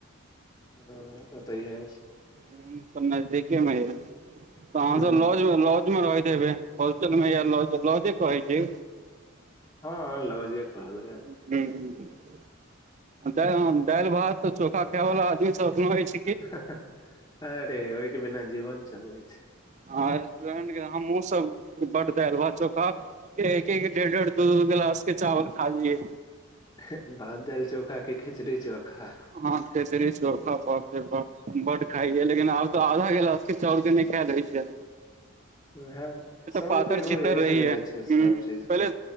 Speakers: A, on the left; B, on the right.
A: हम्म ओतई अइछ
B: हम्म त नजदीके मे अइछ तहन
A: हूँ
B: त लॉजमे लॉज रहैत हेबै होलशेलमे या लौज या लौजे कहै छै
A: ह ह लौजे कहल गैल
B: <unintelligible> दाइल भात त चोखा खेय बला आदमी सब अखनो अइछ
A: हहह अरे ओइके बिना जीवन चलबै छै
B: आहा रेस्टोरेंट के हमहु सब बड दाइल भात चोखा एक एक डेड़ डेड़ दू गिलास के चावल खा लियै
A: हे भात दाइल चोखा कि खिचड़ी चोखा
B: हाँ खिचड़ी चोखा बाब रे बाप बड खाइयै लेकिन आब त आधा गिलास किछु औरजे नै खाए होये छे
A: उहाई न सबके
B: पातर
A: एगो
B: छितर
A: ऐज
B: रहियै
A: रहै छै सब
B: हूँ
A: चीज
B: पहिले
A: के